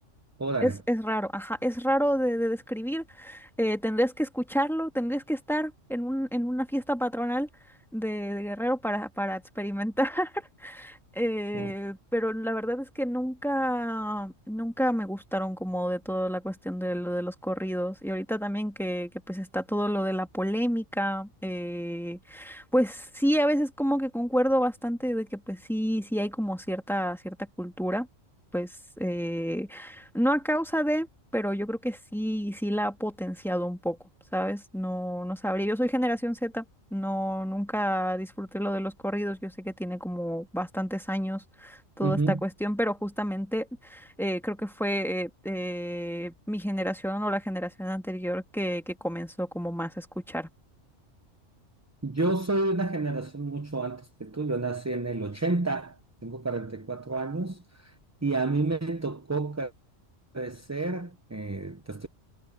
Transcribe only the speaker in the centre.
Es, es raro, ajá, es raro de, de describir. eh, tendrías que escucharlo, tendrías que estar en un, en una fiesta patronal de, de Guerrero para, para experimentar. <laughs> eh,
pero la verdad es que nunca, nunca me gustaron como de toda la cuestión de lo de los corridos. Y ahorita también que, que pues está todo lo de la polémica, eh, pues sí, a veces como que concuerdo bastante de que pues sí, sí hay como cierta, cierta cultura, pues eh, no a causa de... pero yo creo que sí, sí la ha potenciado un poco, ¿sabes? No, no sabría. Yo soy generación Z, no, nunca disfruté lo de los corridos. Yo sé que tiene como bastantes años toda
esta cuestión, pero justamente eh, creo que fue eh, eh, mi generación o la generación anterior que, que comenzó como más a escuchar.